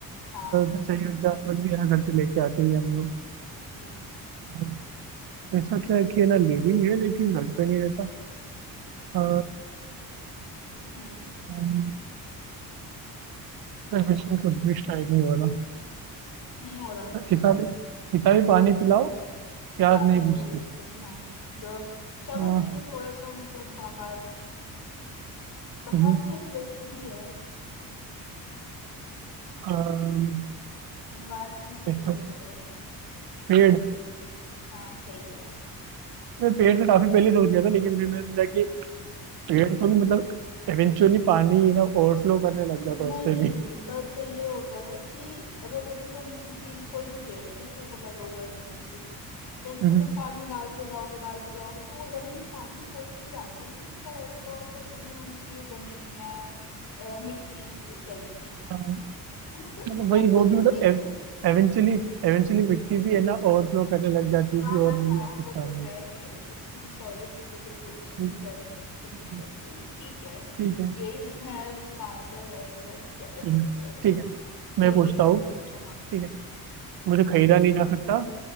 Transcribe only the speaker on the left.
हाँ
हम्म
हम्म
नहीं हो रहा
प्यास
नहीं
बुझती हाँ तो अब चलो
ठीक है थोड़ा सा मतलब बाहर बाहर
से रिलेटेड ही है
एनवायरनमेंट से
रिलेटेड
है
हाँ सही जवाब
नहीं
बट ये होता है ना कि अगर जैसे तुम किसी भी कोई भी पेड़ है ठीक है वो लगा हुआ है जमीन पे तो उस
पे तुम पानी डालते जाओगे डालते जाओगे तो वो जमीन पानी सोखती जाती है ना तो इसका वैसे तो आंसर सही होना चाहिए जमीन या अ, मिट्टी इस टाइप की चीजें है
ना
तो मतलब
फिर
भी
एक तरीके
हाँ
हाँ
हाँ
वो तो
है कि उसकी भी सॉइलिंग कैपेसिटी होती
है स्वेलिंग कैपेसिटी
बट ठीक है
यही है अब इसका आंसर है तो है क्या कर सकते
हैं अब इसमें
चलो
ठीक है अब
तुम पूछो हाँ